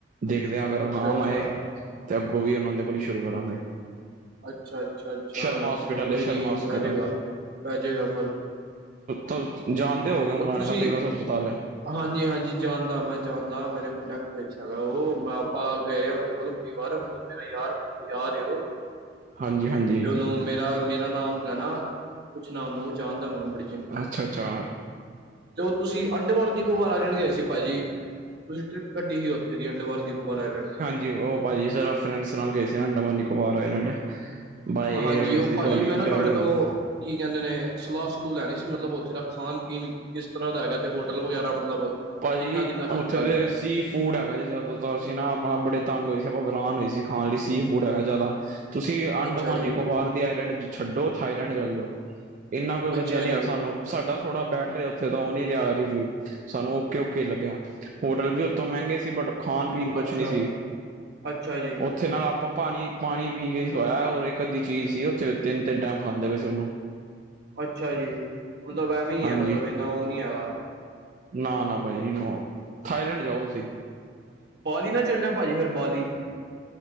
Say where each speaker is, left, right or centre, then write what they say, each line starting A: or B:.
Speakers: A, on the right (about 45°); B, on the right (about 60°).
A: ਦੇਖਦੇ ਆਂ ਅਗਰ
B: ਅੱਛਾ
A: ਅਰਾਮ
B: ਅੱਛਾ
A: ਆਏ ਤੇ ਅੱਗੋਂ ਵੀ ਓਨਾਂ ਦੇ ਕੋਲ ਈ ਸ਼ੁਰੂ ਕਰਾਂਗੇ।
B: ਅੱਛਾ, ਅੱਛਾ, ਅੱਛਾ
A: ਸ਼ਰਮਾ ਹੋਸਪਿਟਲ
B: ਚਲੋ ਕੋਈ
A: ਹੈ ਸ਼ਰਮਾ
B: ਨੀ
A: ਹੋਸਪਿਟਲ
B: ਪੈ ਜੇਗਾ। ਪੈ ਜੇਗਾ ਫਰਕ।
A: ਤਾਂ ਜਾਨਦੇ ਹੋਗੇ ਮੁਲਾਣੇ
B: ਉਹ ਤੁਸੀਂ
A: ਦਾ ਫੇਮਸ ਹਸਪਤਾਲ ਐ।
B: ਹਾਂਜੀ, ਹਾਂਜੀ ਜਾਨਦਾ ਮੈਂ ਜਾਨਦਾ, ਮੇਰੇ ਕੂੰਨਟੈਕਟ ਵਿੱਚ ਹੈਗਾ ਓ, ਮੈਂ ਆਪਾਂ ਗਏ ਆ ਓਦੇ ਕੋਲ। <unintelligible> ਮਤਲਬ ਮੇਰਾ ਯਾਰ, ਯਾਰ ਏ ਓ।
A: ਹਾਂਜੀ ਹਾਂਜੀ
B: ਤੇ ਓਨੂੰ ਮੇਰਾ, ਮੇਰਾ ਨਾਮ ਲੈਨਾ, ਪੂਛਨਾ ਓਨੂ ਜਾਨਦਾ ਮੈਨੂੰ ਬੜੀ
A: ਅੱਛਾ, ਅੱਛਾ।
B: ਜੋ ਤੁਸੀਂ ਅੰਡਵਾਰ ਨਿਕੋਵਾਰ ਆਏਰ ਲੈਂਡ ਗਏ ਸੀ ਭਾਜੀ? ਤੁਸੀਂ ਟ੍ਰਿਪ ਕੱਡੀ ਸੀ ਓਥੇ ਦੀ ਅੰਡਵਾਰ ਨਿਕੋਵਾਰ ਆਏਰ ਲੈਂਡ ਚ?
A: ਓ ਭਾਜੀ ਜ਼ਰਾ ਫ੍ਰੈਡਸ ਨਾਲ ਗਏ ਸੀ Andaman, Nicobar island. By
B: ਹਾਂਜੀ,
A: air ਗਏ
B: ਓ
A: ਸੀ
B: ਭਾਜੀ
A: ਡੈਲੀ
B: ਮੈਂ ਨਾ
A: ਡੈਲੀ
B: ਤੁਆਡੇ ਤੋਂ ਕੀ ਕੈਂਦੇ ਨੇ, ਸਲਾ ਸਲੂ ਲੈਣੀ ਸੀ ਮਤਲਬ ਓਥੇ ਦਾ ਖਾਨ-ਪੀਨ ਕਿਸ ਤਰਾਂ ਦਾ ਹੈਗਾ, ਤੇ ਹੋਟਲ ਵਗੈਰਾ ਮਤਲਬ?
A: ਭਾਜੀ,
B: ਕਿੰਨਾ ਕਿੰਨਾ ਖਰਚਾ
A: ਓਥੇ
B: ਆ
A: ਦੇ
B: ਗਿਆ
A: ਸੀਫ ਫੂਡ ਹੈਗਾ ਜੇ ਜਆਦਾਤਰ, ਅਸੀ ਨਾ ਆਪਾਂ ਬੜੇ ਤੰਗ ਹੋਏ ਸੀ ਆਪਾਂ ਵਰਾਨ ਹੋਏ ਸੀ ਖਾਨ ਲਈ ਸੀ ਫੂਡ ਹੈਗਾ ਜਾਦਾ। ਤੁਸੀ ਅੰਡਮਾਨ
B: ਅੱਛਾ ਜੀ
A: ਨਿਕੋਬਾਰ ਦੀ ਆਈਲੈਂਡ ਛੱਡੋ, ਥਾਈਲੈਂਡ ਚੱਲ ਜੋ। ਇੰਨਾ ਕੋਈ ਵਦੀਆ
B: ਅੱਛਾ
A: ਨੀ
B: ਜੀ
A: ਐ ਸਾਨੂੰ ਸਾਡਾ ਥੋੜਾ ਬੈਟਰ ਏ ਓਥੇ ਦਾ ਓ ਨੀ ਰੇਆ ਰਿਵਿਊ ਸਾਨੂੰ ਕਿ ਉਕੇ ਲੱਗਿਆ, ਹੋਟਲ ਵੀ ਉਤੋਂ ਮੈਂਗੇ ਸੀ ਬਟ ਖਾਨ-ਪੀਣ ਕੁੱਛ
B: ਅੱਛਾ
A: ਨੀ ਸੀ,
B: ਅੱਛਾ ਜੀ
A: ਓਥੇ ਨਾ ਆਪਾ ਪਾਣੀ, ਪਾਣੀ ਪੀ ਕੇ ਸੋਇਆ ਔਰ ਏਕ ਅੱਧੀ ਚੀਜ਼ ਸੀ ਓਥੇ, ਤਿੰਨ-ਤਿੰਨ ਟੈਮ ਖਾਂਦੇ ਪੇ ਸੀ ਓਨੂੰ।
B: ਅੱਛਾ ਜੀ, ਮਤਲਬ ਐਵੇਂਈ ਏ
A: ਹਾਂਜੀ
B: ਮਤਲਬ ਏਨਾ ਓ ਨੀ ਹੈਗਾ।
A: ਨਾ, ਨਾ ਭਾਜੀ ਨੋ, ਥਾਈਲੈਂਡ ਜਾਓ ਤੁਸੀ।
B: ਬਾਲੀ ਨਾ ਚੱਲਜਾਂ ਭਾਜੀ ਫੇਰ ਬਾਲੀ।